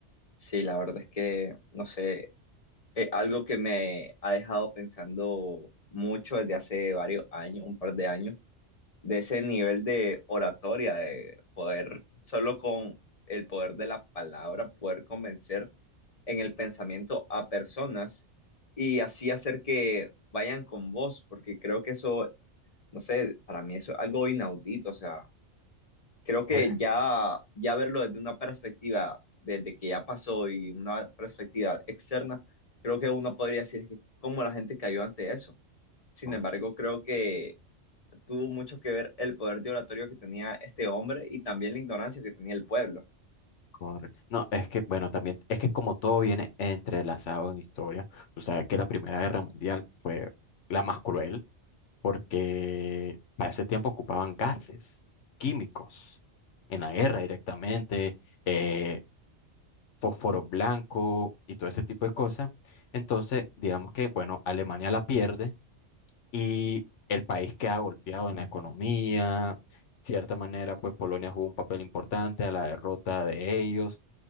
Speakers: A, on the left; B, on the left.
A: Sí, la verdad es que, no sé, eh, algo que me ha dejado pensando mucho desde hace varios años, un par de años, de ese nivel de oratoria, de poder, solo con el poder de la palabra, poder convencer en el pensamiento a personas y así hacer que vayan con vos, porque creo que eso, no sé, para mí eso es algo inaudito, o sea creo que
B: <laughs>
A: ya, ya verlo desde una perspectiva, desde que ya pasó y una perspectiva externa, creo que uno podría decir que cómo la gente cayó ante eso. Sin
B: Eh,
A: embargo, creo que tuvo mucho que ver el poder de oratorio que tenía este hombre y también la ignorancia que tenía el pueblo.
B: Correcto. No, es que, bueno, también, es que como todo viene entrelazado en historia, tú sabes que la Primera Guerra Mundial fue la más cruel porque para ese tiempo ocupaban gases químicos en la guerra directamente, eh, fósforo blanco y todo ese tipo de cosas. Entonces, digamos que, bueno, Alemania la pierde y el país queda golpeado en la economía. cierta manera, pues Polonia jugó un papel importante a la derrota de ellos.